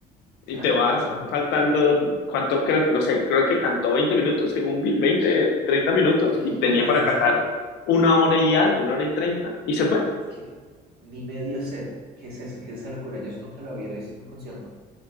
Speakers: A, on the right; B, on the left.
A: claro,
B: Y te vas
A: claro.
B: faltando, ¿cuánto creo que, no sé, creo que cantó 20 minutos, según vi, veinte treinta minutos,
A: Dios,
B: y tenía para
A: es
B: cantar
A: que,
B: una hora y algo, una hora y 30 y se fue.
A: es que ni medio set, ¿qué es eso? ¿Qué es esa locura? Yo eso nunca lo había visto en un concierto.